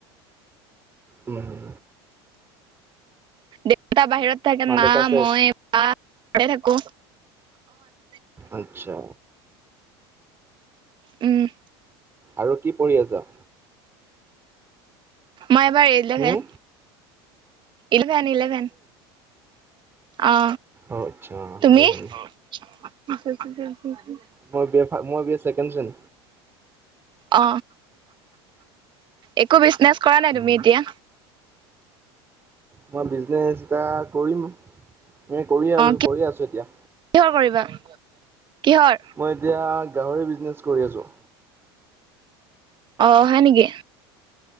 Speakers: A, on the right; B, on the right.
A: উম
B: দেউতা বাহিৰত থাকে মা
A: দেউতা আছে?
B: মই বা ঘৰতে থাকোঁ।
A: আচ্ছা
B: উম
A: আৰু কি পঢ়ি আছা?
B: মই এবাৰ এলেভেন
A: হুম,
B: ইলেভেন ইলেভেন অ
A: অ', আচ্ছা
B: তুমি
A: ইলেভেন।
B: চ <unintelligible>
A: মই বি এছ ফা মই বি এ ছেকেণ্ড চেম।
B: অ একো বিজনেচ কৰা নাই
A: উম,
B: তুমি এতিয়া
A: মই বিজনেছ এটা কৰিম এ কৰি আৰু
B: কি
A: কৰি আছোঁ এতিয়া
B: কিহৰ কৰিবা কিহৰ?
A: মই এতিয়া গাহৰি বিজনেছ কৰি আছোঁ।
B: অ হয় নেকি?